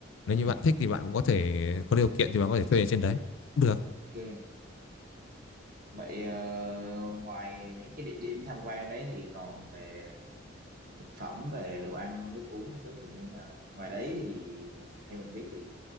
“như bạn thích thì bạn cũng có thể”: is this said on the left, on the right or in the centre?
Left